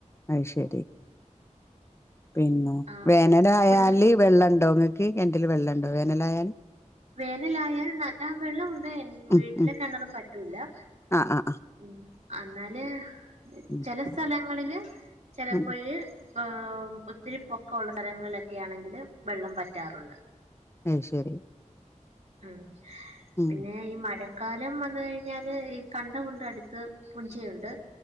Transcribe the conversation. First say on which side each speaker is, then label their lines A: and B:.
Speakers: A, on the left; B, on the right.
A: അയ് ശരി പിന്നെ
B: ആഹ്
A: വേനലായാല്
B: കുഞ്ഞു
A: വെള്ളണ്ടോ ങ്ങക്ക് കെൻറ്റ്ൽ വെള്ളണ്ടോ വേനലായാല്
B: വേനലായാൽ നല്ല വെള്ളമുണ്ട്
A: ഉം
B: വീട്ടിലെ
A: ഉം
B: കെണറ് പറ്റൂല
A: ആഹ് ആഹ് ആഹ്
B: ഉം അന്നാല്
A: ഉം
B: ചെല സ്ഥലങ്ങളില് ചെലപ്പോഴ്
A: ഉം
B: ഹ് ഒത്തിരി പൊക്കൊള്ള സ്ഥലങ്ങളിലൊക്കെയാണെങ്കിൽ വെള്ളം പറ്റാറുണ്ട്
A: അഹ് ശരി
B: ഉം
A: ഉം
B: പിന്നെ ഈ മഴ ക്കാലം വന്ന് കഴിഞ്ഞാല് ഈ കണ്ട കുണ്ടടുത്ത് പുഞ്ചയുണ്ട്